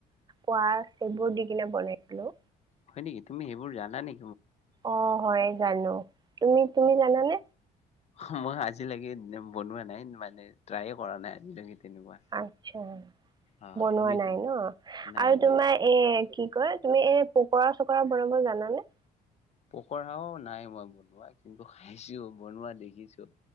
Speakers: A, on the right (about 25°); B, on the left (about 40°).
A: কোৱাচ সেইবোৰ দি কিনে বনাইছিলো।
B: হয় নিকি তুমি সেইবোৰ জানা নে
A: অ হয় জানো, তুমি তুমি জানানে?
B: হ মই আজিলৈকে বনোৱা নাই মানে ট্ৰায়ে কৰা নাই আজিলৈকে তেনেকুৱা
A: আচ্ছা
B: অ
A: বনোৱা
B: তুমি
A: নাই ন
B: নাই
A: আৰু
B: নাই
A: তোমাৰ এ কি কয় তুমি এই পোকৰা চকৰা বনাব জানানে?
B: পকৰাও নাই মই বনোৱা কিন্তু খাইছো বনোৱা দেখিছো।